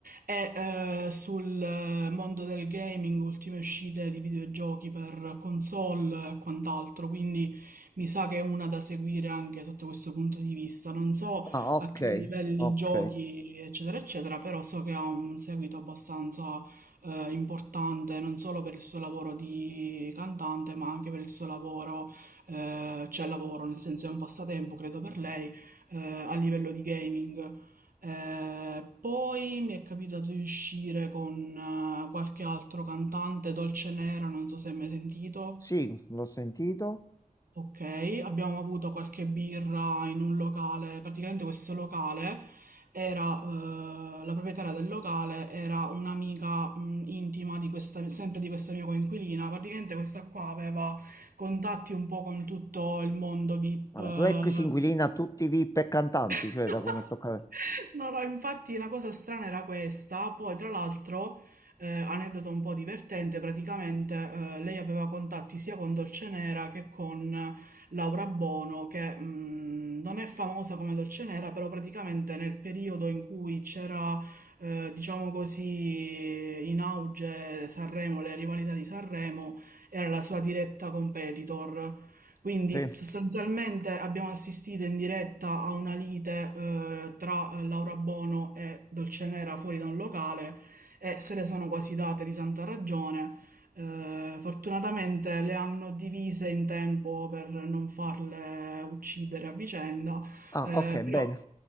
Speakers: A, on the right (about 70°); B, on the left (about 25°).
A: e eh, sul eh, mondo del gaming, ultime uscite di videogiochi per console e quant'altro, quindi mi sa che è una da seguire anche sotto questo punto di vista. Non so
B: Ah, ok,
A: a che livelli
B: ok.
A: giochi, eccetera, eccetera, però so che ha un seguito abbastanza eh, importante, non solo per il suo lavoro di cantante, ma anche per il suo lavoro, eh, cioè lavoro, nel senso è un passatempo, credo per lei, eh, a livello di gaming. Eh, poi mi è capitato di uscire con eh, qualche altro cantante, Dolce Nera, non so se hai mai sentito.
B: Sì, l'ho sentito.
A: Ok, abbiamo avuto qualche birra in un locale, praticamente questo locale era, eh, la proprietaria del locale era un'amica mh, intima di questa, sempre di questa mia coinquilina, praticamente questa qua aveva contatti un po' con tutto il mondo VIP,
B: Ma
A: eh,
B: la tua ex inquilina ha tutti i VIP e cantanti,
A: <laughs>
B: cioè da come toccare.
A: No, no, infatti la cosa strana era questa, poi tra l'altro, eh, aneddoto un po' divertente, praticamente eh, lei aveva contatti sia con Dolcenera che con Laura Bono, che mh, non è famosa come Dolcenera, però praticamente nel periodo in cui c'era, eh, diciamo così, in auge Sanremo, le rivalità di Sanremo, era la sua diretta competitor. Quindi
B: Sì.
A: sostanzialmente abbiamo assistito in diretta a una lite eh, tra eh, Laura Bono e Dolcenera fuori da un locale e se le sono quasi date di santa ragione. Eh, fortunatamente le hanno divise in tempo per non farle uccidere a vicenda,
B: Ah,
A: eh,
B: ok,
A: però
B: bene,